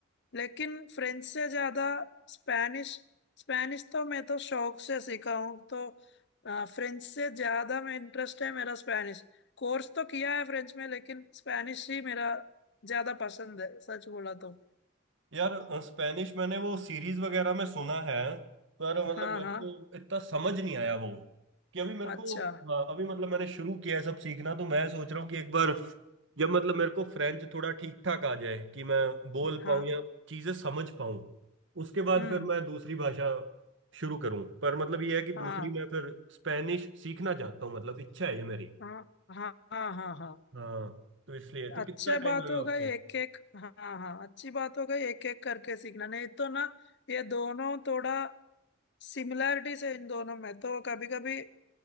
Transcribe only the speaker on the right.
यार अ, स्पेनिश मैंने वो सीरीज वगैरह में सुना है पर मतलब
मेरे
को इतना समझ नहीं आया वो कि अभी मेरे को
हाँ, अभी मतलब मैंने शुरू किया है सब सीखना तो मैं सोच रहा हूँ कि एक बार जब मतलब मेरे को फ्रेंच थोड़ा ठीक ठाक आ जाए कि मैं बोल
पाऊँ या चीजें समझ पाऊँ उसके बाद
फिर मैं दूसरी भाषा शुरू करूँ पर मतलब ये है कि दूसरी
मैं फिर स्पेनिश सीखना चाहता हूँ मतलब इच्छा है ये मेरी
हाँ तो इसलिए तो
कितना टाइम
लगा
आपको